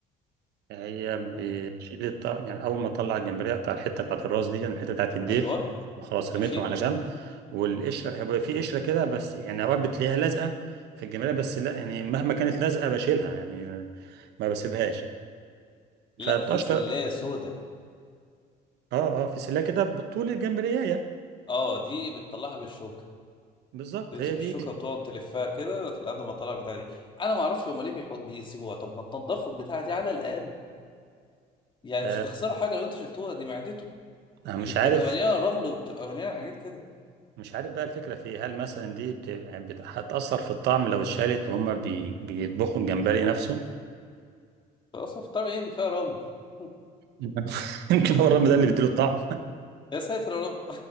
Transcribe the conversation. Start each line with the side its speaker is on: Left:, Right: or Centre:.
Right: هي بتشيل
Left: آه،
Right: الط- يعني اول ما اطلع الجمبريه اقطع الحته بتاعت الراس دي يعني الحته بتاعت الديل
Left: ايوه
Right: خلاص
Left: ماشي
Right: رميتهم على جنب والقشره هيبقى في قشره كده بس يعني اوقات بتلاقيها لازقه في الجمبريه بس لا يعني مهما كانت لازقه بشيلها يعني ما بسيبهاش
Left: لا
Right: فبتقشر
Left: في سلايه سودا
Right: اه اه في سلة كده بطول الجمبريه
Left: اه دي بتطلعها بالشوكه
Right: بالظبط
Left: تمسك
Right: هي
Left: الشوكه
Right: دي
Left: وتقعد تلفها كده لحد ما تطلع البتاع دي انا ما اعرفش هما ليه بيحو- بيسيبوها طب ما تنضفوا البتاع دي على الاقل يعني
Right: آه
Left: مش هتخسروا حاجه لو انت شلتوها دي معدته
Right: أنا مش
Left: دي بتبقى
Right: عارف
Left: مليانه رمل وبتبقى مليانه حاجات كده
Right: مش عارف بقى الفكرة في إيه، هل مثلا دي بت... يعني بت... هتأثر في الطعم لو اتشالت وهما بي... بيطبخوا الجمبري نفسه
Left: فاصلا في طبيعي دي فيها رمل <laughs>
Right: <laughs> يمكن هو الرمل ده اللي بيديله الطعم
Left: يا ساتر يا رب